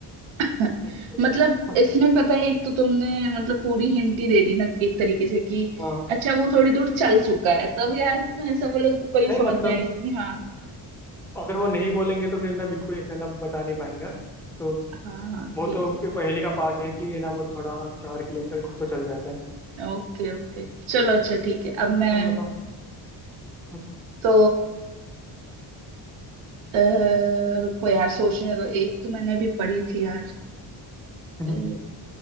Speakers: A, on the right; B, in the centre.
A: हाँ।
B: ठीक है जो
A: मतलब
B: भी हो।
A: इसमें पता है एक तो तुमने मतलब पूरी हिंट ही दे दी ना एक तरीके से कि
B: हाँ
A: अच्छा वो थोड़ी दूर चल चुका है तब यार तुम ऐसा बोलोगे तो कोई
B: नहीं
A: समझ
B: मतलब
A: जाएगा कि हाँ
B: अगर वो नहीं बोलेंगे तो फिर ना बिल्कुल ऐसे ना बता नहीं पाएंगे तो
A: हाँ हाँ
B: वो
A: ठीक
B: तो
A: है
B: पहेली का पार्ट है कि ये ना वो थोड़ा चार किलोमीटर कुछ तो चल जाता है
A: ओके ओके चलो अच्छा ठीक है
B: ठीक
A: अब
B: है
A: मैं
B: तुम बताओ हम्म,
A: तो अ, रुको यार सोचने दो एक तो मैंने भी पढ़ी थी यार
B: हम्म,
A: अ,